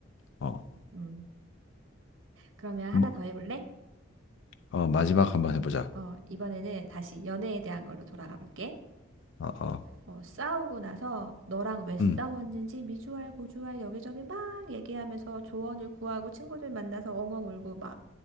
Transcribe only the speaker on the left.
어,
뭐,
어, 마지막 한 번 해보자.
어, 어,
음,